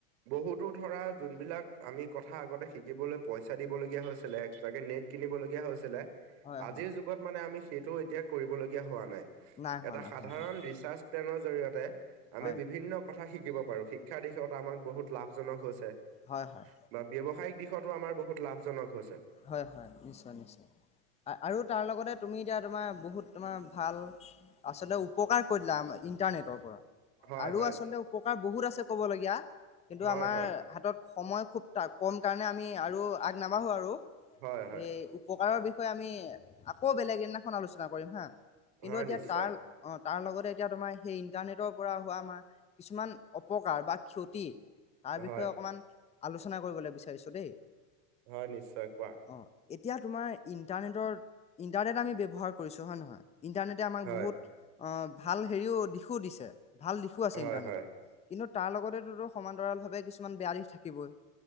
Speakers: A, on the right; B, on the left.
A: বহুতো ধৰা যোনবিলাক আমি কথা আগতে শিকিবলৈ পইচা দিবলগীয়া হৈছিলে এক্সট্ৰাকে নেট কিনিব লগীয়া হৈছিলে
B: হয়
A: আজিৰ
B: হয়
A: যুগত মানে আমি সেইটো এতিয়া কৰিবলগীয়া হোৱা নাই।
B: নাই হোৱা
A: এটা
B: নাই
A: সাধাৰণ
B: হোৱা হয়
A: ৰিচাৰ্চ প্লেনৰ জৰিয়তে আমি
B: হয়
A: বিভিন্ন কথা শিকিব পাৰো শিক্ষাৰ দিশত আমাক বহুত লাভজনক হৈছে
B: হয় হয়
A: বা ব্যৱসায়িক দিশতো আমাৰ বহুত লাভজনক হৈছে
B: হয়-হয়, নিশ্চয়-নিশ্চয় আৰু তাৰ লগতে তুমি এতিয়া তোমাৰ তোমাৰ বহুত তোমাৰ ভাল আচলতে উপকাৰ কৰি দিলে ইণ্টাৰনেটৰ পৰা।
A: হয়
B: আৰু
A: হয়
B: আচলতে উপকাৰ বহুত আছে ক'বলগীয়া কিন্তু
A: হয়
B: আমাৰ
A: হয়
B: হাতত সময় খুবটা কম কাৰণে আমি আৰু আগ নাবাঢ়ো আৰু
A: হয় হয়
B: এই উপকাৰৰ বিষয়ে বিষয় আমি আকৌ বেলেগ দিনাখন আলোচনা কৰিম হা কিন্তু
A: হয়
B: এতিয়া
A: নিশ্চয়
B: তাৰ অ তাৰ লগতে এতিয়া তোমাৰ সেই ইণ্টাৰনেটৰ পৰা হোৱা আমাৰ কিছুমান অপকাৰ বা ক্ষতি তাৰ বিষয়ে
A: হয়
B: অকণমান আলোচনা কৰিবলৈ বিচাৰিছোঁ দেই
A: হয় নিশ্চয়
B: অ
A: কোৱা
B: এতিয়া তোমাৰ ইণ্টাৰনেটৰ ইন্টাৰনেট আমি ব্য্ৱহাৰ কৰিছো হয় নহয় ইণ্টাৰনেটে আম আমাক
A: হয়
B: বহুত ভাল হেৰিও দিশো দিছে ভাল দিশো আছে
A: হয়
B: ইন্টাৰনেটত
A: হয়
B: কিন্তু তাৰ লগতেোো সমান্তৰাল ভাৱে কিছুমান বেয়া দিি থাকিবই